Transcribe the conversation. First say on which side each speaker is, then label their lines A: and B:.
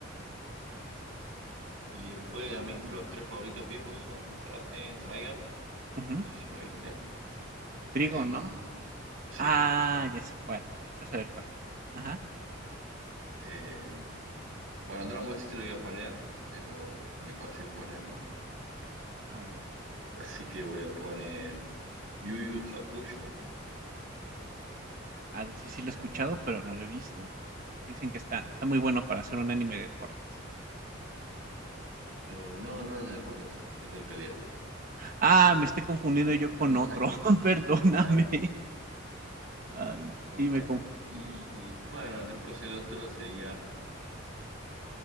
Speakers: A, on the right; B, on the right.
A: Y después a mí los tres favoritos viejos son Tra- eh, Trigun,
B: Ujú.
A: no sé si lo viste.
B: Trigo,
A: Eh,
B: ¿no?
A: sí.
B: Ah, ya sé cuál. Vas a ver cuál. Ajá,
A: Eh, bueno, Dragon Ball sí te lo voy a poner, pero es muy fácil ponerlo.
B: a ver.
A: Así que voy a poner Yu Yu Hakusho.
B: a de ese sí
A: Está
B: lo he escuchado,
A: muy bueno.
B: pero no lo he visto. Sí, Dicen que está, está muy bueno para hacer un anime de deportes.
A: Eh, no, no, no es de deportes, es de pelea.
B: Ah, me estoy confundiendo
A: Bueno,
B: yo con
A: con
B: otro.
A: Haiku,
B: <laughs> Perdóname.
A: con Haiku,
B: Ay,
A: con
B: sí, me
A: Haiku.
B: confundí.
A: Y bueno, después el otro sería.